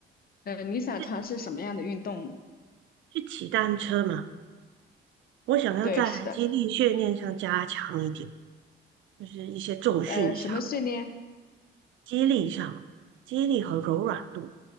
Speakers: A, on the left; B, on the right.
A: 嗯，你想尝试什么样的运动呢？
B: 是去骑单车嘛，我想要在肌力训练上加强一点，
A: 对，是的，
B: 就是一些重训上、
A: 呃，什么训练
B: 肌力上、肌力和柔软度。